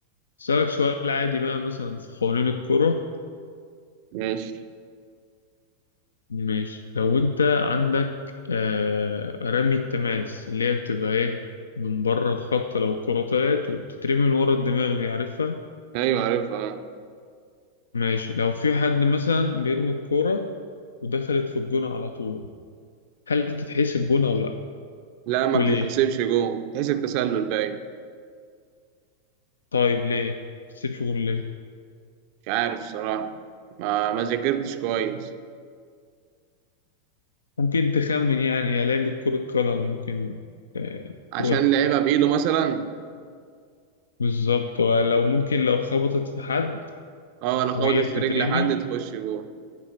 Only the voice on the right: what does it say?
ماشي
أيوة عارفها
لا ما
بتتحسبش جون بتتحسب تسلل باين
مش عارف الصراحة ما ما ذاكرتش كويس
عشان
لعبها بإيده مثلا
اه لو
خبطت
في رجل حد تخش جول